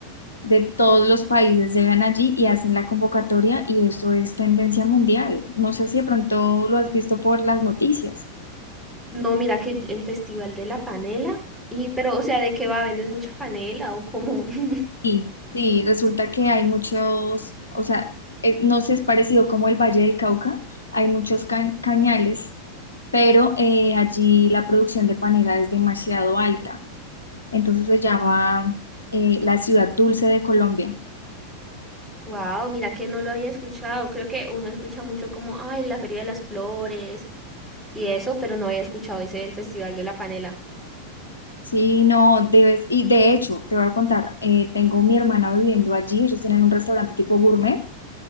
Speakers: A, on the left; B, in the centre.
A: de todos los países llegan allí y hacen la convocatoria y eso es tendencia mundial. No sé si de pronto lo has visto por las noticias.
B: No, mira que el Festival de la Panela. Y, pero, o sea, ¿de qué va? ¿Venden mucha panela o cómo? <laughs>
A: Sí, sí, resulta que hay muchos, o sea, eh, no sé, es parecido como el Valle del Cauca, hay muchos ca- cañales, pero eh, allí la producción de panela es demasiado alta. Entonces se llama eh, la ciudad dulce de Colombia.
B: Wow, mira que no lo había escuchado. Creo que uno escucha mucho como, ay, la Feria de las Flores y eso, pero no había escuchado ese del Festival de la Panela.
A: Sí, no, debes, y de hecho, te voy a contar, eh, tengo mi hermana viviendo allí, ellos tienen un restaurante tipo gourmet